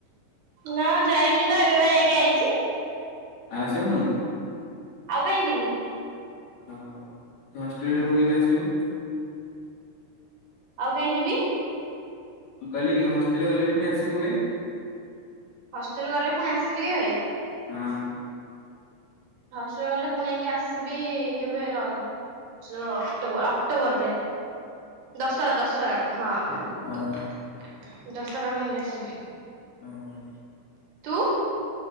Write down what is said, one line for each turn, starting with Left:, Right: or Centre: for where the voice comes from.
Right: ନା ଯାଇନି ତ ଏବେ ବା ଯାଇକି ଆଇଚି।
Left: ଆଉ ଆସିବୁନୁ?
Right: ଆଉ କାହିଁ ଯିବି?
Left: ଓହୋ ତ ହଷ୍ଟେଲ ରୁ ପୁଣି କେବେେ ଆସିବୁ?
Right: ଆଉ କାଇଁ ଯିବି?
Left: ମୁ କହିଲି କି ହଷ୍ଟେଲ ଗଲେ ପୁଣି ଆସିବୁ କେବେ?
Right: ହଷ୍ଟେଲ ଗଲେ ପୁଣି ଆସିବି କେବେ?
Left: ହଁ।
Right: ହଷ୍ଟେଲ ଗଲେ ପୁଣି ଆଇକି ଆସିବି କେବେ ରଜ। ଜ ଅକ୍ଟୋବର ଅକ୍ଟୋବରରେ। ଦଶହରା ଦଶହରାକୁ ହଁ ଦଶହରା
Left: ଓହୋ
Right: କୁ ଯାଇଁକି ଆସିବେ।
Left: ହୁଁ ହୁଁ।
Right: ତୁ?